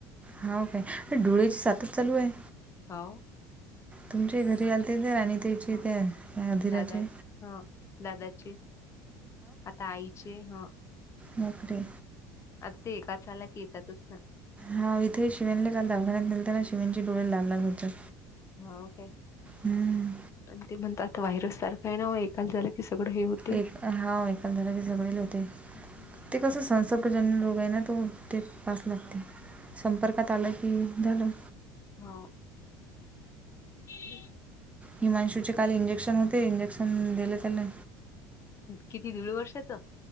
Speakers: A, on the right; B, on the left.
A: होा काय डुळेची सातच चालू आहे.
B: हो,
A: तुमचे घरी आलते ना राणी त्याचे
B: हां.
A: त्या अधीराचे.
B: दादा ह दादाचे आता आईचे ह
A: नकरी.
B: आता ते एका चालक येतातच ना.
A: हा इथे शिवनने काल दवाघान्यात नळताना शिवनचे डोळे लागणार होतात.
B: हा काय
A: हम्म.
B: आणि ते म्हणत आता व्हायरस सारखं आहे ना एकाल झालं की सगळं हे होत.
A: एक हा एलधरा झगडले होते
B: हम्म,
A: ते कस संसर्गजन्य लोग आहे ना तो. ते पास लागते संपर्कात आलं की झालं.
B: होा. अच्छ!
A: ही माणशूचे काल इंजेक्शन होते इंजेक्शन दिले त्याला.
B: किती दीड वर्षाचं.